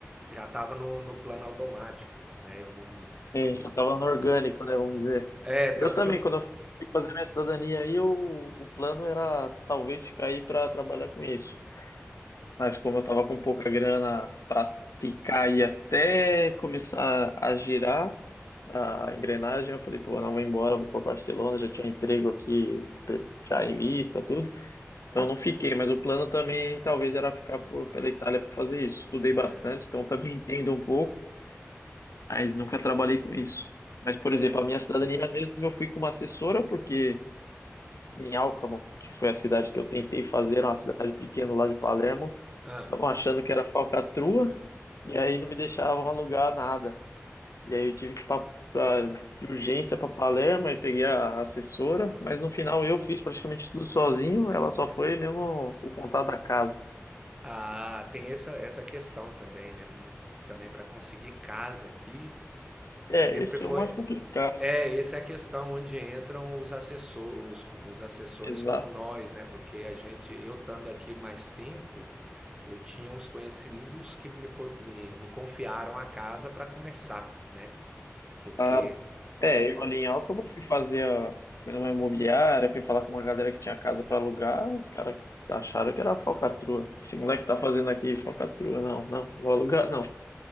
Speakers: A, on the right; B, on the left.
A: já estava no no plano automático, né, eu não
B: Sim,
A: eu não
B: já estava no orgânico, né? Vamos dizer.
A: é, tanto
B: Eu também,
A: que eu
B: quando eu fui fazer minha cidadania aí, o, o plano era talvez ficar aí para trabalhar com isso. Mas como eu estava com pouca grana para ficar aí até começar a girar a engrenagem, eu falei, pô, não vou embora, vou para Barcelona, já tinha emprego aqui, pre- já em vista, tudo. Então eu não fiquei, mas o plano também talvez era ficar por- pela Itália para fazer isso. Estudei
A: é,
B: bastante, então também entendo um pouco mas nunca trabalhei com isso. Mas, por
A: é.
B: exemplo, a minha cidadania mesmo eu fui com uma assessora, porque em Alcamo, que foi a cidade que eu tentei fazer, era uma cidade pequena lá de Palermo,
A: ah
B: estavam achando que era falcatrua, e aí não me deixavam alugar nada. E aí eu tive que ir pra, pra- de urgência para Palermo, e peguei a assessora, mas no final eu fiz praticamente tudo sozinho, ela só foi mesmo o contato da casa.
A: Ah, tem essa essa questão também, né, mu também para conseguir casa aqui,
B: É,
A: sempre
B: esse
A: foi
B: é o mais complicado,
A: É, essa é a questão onde entram os assessor os co- os assessores
B: exato.
A: como nós, né, porque a gente eu estando aqui mais tempo, eu tinha uns conhecidos que me po me me confiaram a casa para começar, né, porque
B: Claro. É,
A: porque co
B: eu ali em Alcântara fui fazer a... Fui numa imobiliária, fui falar com uma galera que tinha casa pra alugar, os caras acharam que era falcatrua. Esse moleque tá fazendo aqui falcatrua, não, não, vou alugar não.